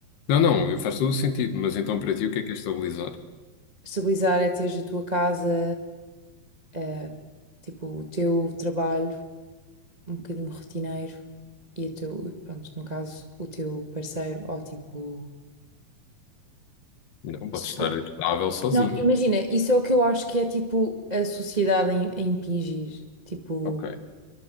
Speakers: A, on the left; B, on the right.
A: Não, não, faz todo o sentido, mas então para ti o que é que é estabilizar?
B: Estabilizar é teres a tua casa, eh, tipo o teu trabalho, um bocadinho rotineiro e o teu, pronto, no caso, o teu parceiro ou tipo.
A: Não, pode
B: Isso-
A: estar estável sozinha.
B: Não, imagina, isso é o que eu acho que é tipo a sociedade em a impingir. Tipo,
A: Ok.